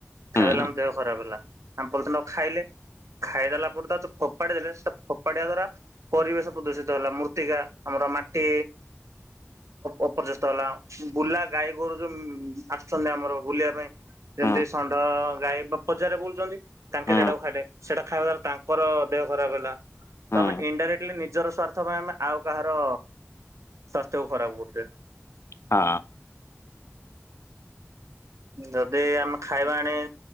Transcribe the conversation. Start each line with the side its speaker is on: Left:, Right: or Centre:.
Left: ହୁଁ
Right: ଖାଇଦଲେ ଆମ ଦେହ ଖରାପ ହେଲା ଆମ ପ ଖାଇଲେ ଖାଇଦେଲା ପରେ ତ ଯୋଉ ଫୋପାଡି ଦେଲେ ସେ ଫୋପାଡିିବା ଦ୍ଵାରା ପରିବେଶ ପ୍ରଦୂଷିତ ହେଲା ମୃତ୍ତିକା ଆମର ମାଟି ଅପର୍ଯ୍ୟସ୍ତ ହେଲା ବୁଲା ଗାଈ ଗୋରୁ ଯୋଉ ଆସୁଛନ୍ତି ଆମର ବୁଲିବା ପାଇଁ ଯେମିତି
Left: ହୁଁ
Right: ଷଣ୍ଢ ଗାଈ ବା ବଜାରରେ ବୁଲୁଛନ୍ତି ତାଙ୍କେ
Left: ହୁଁ
Right: ସେଇଟାକୁ ଖାଇଲେ ସେଇଟା ଖାଇବା ଦ୍ଵାରା ତାଙ୍କର ଦେହ ଖରାପ ହେଲା
Left: ହୁଁ।
Right: ତ ଆମେ ଇନଣ୍ଡାଇରେକ୍ଟଲି ନିଜର ସ୍ୱାର୍ଥ ପାଇଁ ଆମେ ଆଉ କାହାର ସଵାସ୍ଥ୍ୟକୁ ଖରାପ କରୁଛ।
Left: ହଁ।
Right: ଯଦି ଆମେ ଖାଇବା ଆଣି